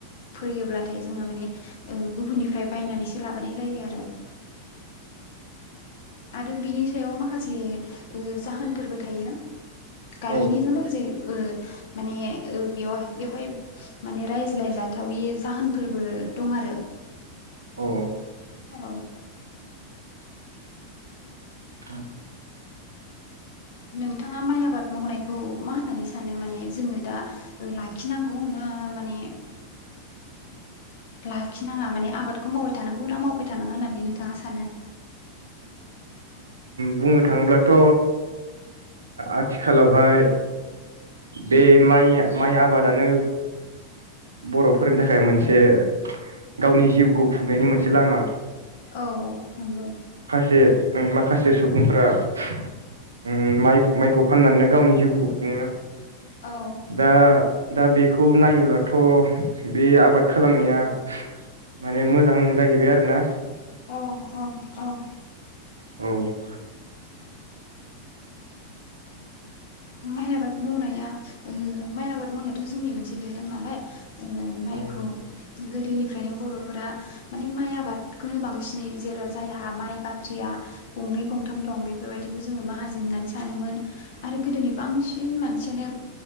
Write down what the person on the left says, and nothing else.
फोयोब्लाथाय जोंहा माने गुबुननिफ्राय बायनानैसो लाबोनाय जायो आरो। आरो बिनि सायाव माखासे ओ जाहोनफोरबो थायोना गायनिजों
माखासे माने बेयाव बेवहाय माने रायज्लायजाथावि जाहोनफोरबो दं आरो
औ
नोंथाङा माइ आबाद मावनायखौ मा होननानै सानो माने जोङो दा लाखिनांगौ ना माने लाखिनाङा माने आबादखौ मावबाय थानांगौ ना मावबाय थानाङा होननानै नोंथाङा सानो
औ नंगौ
औ
औ औ औ
माइ आबाद मावनाया ओ माइ आबाद मावनायाथ' जोंनि मोनसे दोरों नालाय ओ माइखौ
गोदोनिफ्रायनो बर'फोरा माने माइ आबादखौनो बांसिनै जेराव जायहा माइ बाख्रिया गंनै गंथाम दं बेफोरबायदिखौ जोङो माहाजोन होननानै सानोमोन आरो गोदोनि बांसिन मानसियानो